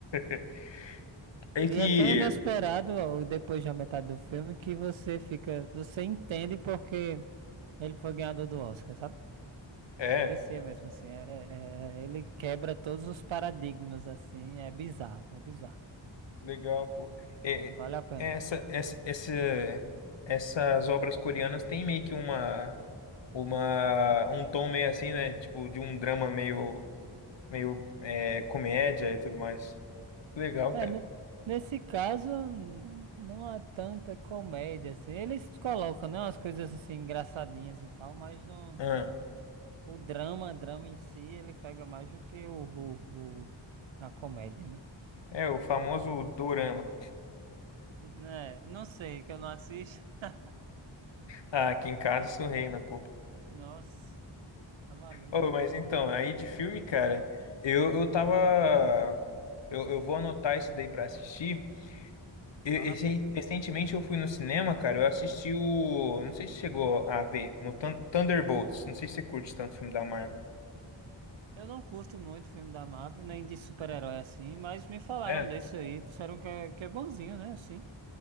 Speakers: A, on the left (about 65°); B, on the right (about 75°).
A: <laughs> É que.
B: E é tão inesperado, ó, depois da metade do filme, que você fica, você entende porque ele foi ganhador do Oscar, sabe?
A: É,
B: Merecia mesmo, assim. é- é- é- ele quebra todos os paradigmas, assim. É bizarro, é bizarro.
A: legal, pô. É,
B: Vale a pena.
A: é, essa, essa, essa, essas obras coreanas têm meio que uma, uma, um tom meio assim, né? Tipo, de um drama meio, meio é, comédia e tudo mais. Legal,
B: É, ne- nesse caso, n- não há tanta comédia, assim. Eles colocam, né, umas coisas, assim, engraçadinhas e tal, mas não...
A: cara.
B: O drama, drama em si, ele pega mais do que o, o, o- a comédia, né?
A: É, o famoso dorama.
B: É, não sei, que eu não assisto. <laughs>
A: Ah, aqui em casa isso reina, pô.
B: Nossa, tá maluco.
A: Oh, mas então, aí de filme, cara, eu, eu tava. Eu, eu vou anotar isso daí pra assistir. Eu-
B: Vale
A: esse-
B: a pena.
A: recentemente eu fui no cinema, cara, eu assisti o. Não sei se chegou a ver, no Thun- Thunderbolts. Não sei se você curte tanto filme da Marvel.
B: Eu não curto muito filme da Marvel, nem de super-herói assim, mas me falaram
A: É.
B: desse aí, disseram que é, que é bonzinho, né? Assim.